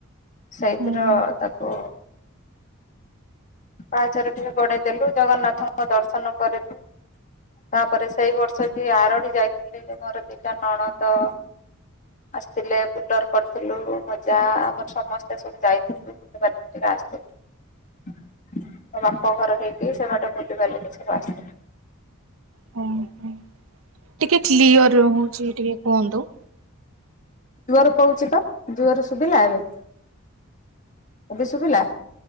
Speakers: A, on the left; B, on the right.
A: ସେଇଥିର
B: ହୁଁ ହୁଁ
A: ତାକୁ। ଓ ପାହାଚର ଟିକେ ଗଢେଇ ଦେଲୁ ଜଗନ୍ନାଥ। ଙ୍କ ଦର୍ଶନ କରିଲୁ। ତାପରେ ସେଇ ବର୍ଷ ବି ଆରଡ଼ି ଯାଇଥିଲି ମୋର ଦିଟା ନଣନ୍ଦ। ଆସିଥିଲେ ବୁଲର କରିଥିଲୁ ମଜା ଆମର ସମସ୍ତେ ସବୁ ଯାଇଥିଲୁ। <unintelligible> ଆସିଥିଲି ମୋ ବାପା ଘର ସେଇଠି ସେବାଟ ବୁଲି ବାଲିକି ସବୁ ଆସିଥିଲୁ।
B: ହୁଁ ହୁଁ। ଟିକେ କ୍ଲିଅର ରହୁଛି ଟିକେ କୁହନ୍ତୁ।
A: ଜୁଆର କହୁଛି ତ ଜୁଅରେ ଶୁଭିଲା ଏବେ? ଏବେ ଶୁଭିଲା।